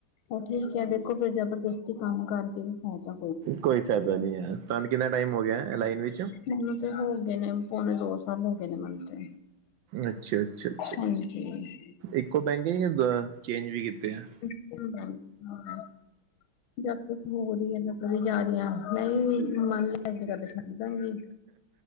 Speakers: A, on the left; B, on the right.
A: ਉਹ ਠੀਕ ਹੈ। ਦੇਖੋ ਫਰ ਜਬਰਦਸਤੀ ਕੰਮ ਕਰਕੇ ਵੀ ਹੋ ਜਾ
B: ਕੋਈ ਫਾਇਦਾ ਨਹੀਂ ਹੈ। ਤੁਹਾਨੂੰ ਕਿੰਨਾ ਟਾਈਮ ਹੋ ਗਿਆ। ਐ ਲਾਈਨ ਵਿੱਚ
A: ਮੈਨੂੰ ਤੇ ਹੋ ਗਏ ਨੇ ਪੌਣੇ- ਦੋ ਸਾਲ ਹੋ ਗਏ ਨੇ ਮੈਨੂੰ ਤੇ।
B: ਅੱਛਾ, ਅੱਛਾ, ਅੱਛਾ,
A: ਹਾਂਜੀ।
B: ਇੱਕੋ ਬੈਂਕ ਹੈ ਜੀ ਕਿ ਦ ਚੇਂਜ ਵੀ ਕੀਤੇ ਆ।
A: ਚ ਹ <unintelligible> <inaudible> ਜਦ ਕੁਛ ਹੋ ਰਹੀ ਨਾ ਕਦੀ ਜਾ ਰਹੀ ਹ, ਮੈਂ ਮੰਨ ਲੈ ਜ ਕ ਤੇ ਛੱਡ ਦਾਂਗੀ।